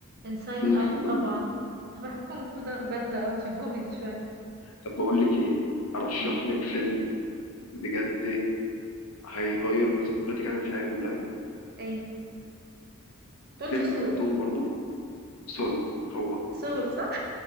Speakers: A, on the right; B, on the left.
A: انسايد
B: كونغ
A: اوت
B: فو باندا
A: طبعا أنا بحب كونغ فو دا- باندا اه عشان كوميدي شوية
B: طب بقول لك ايه ارشح
A: مم.
B: لك فيلم بجد هيغير نظرتك عن الحياه كلها
A: ايه تقولش
B: فيلم
A: سول
B: كرتون برضو سول هو
A: سول صح